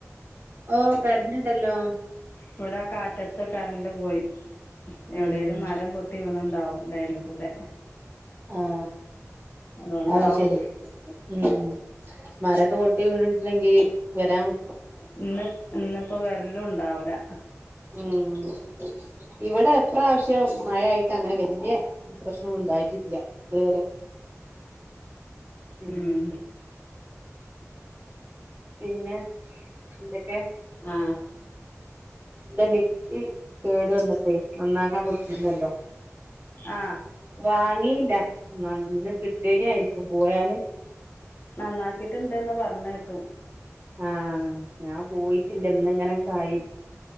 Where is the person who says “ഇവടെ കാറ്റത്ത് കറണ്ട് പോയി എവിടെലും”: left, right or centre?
Left